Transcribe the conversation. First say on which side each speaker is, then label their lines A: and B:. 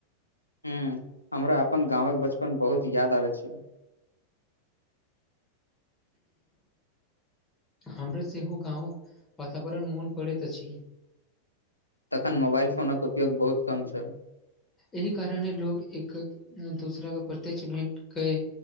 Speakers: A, on the left; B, on the left.
A: हॅं, हमरा अपन गाँवक बचपन बहुत याद आबै छै
B: हमरा सेहो गाँवक वातावरण मोन पड़ैत अछि।
A: तखन मोबाइल फोनक उपयोग बहुत कम छल।
B: एहि कारणे लोक एक-दोसराके प्रत्यक्ष भेंट कए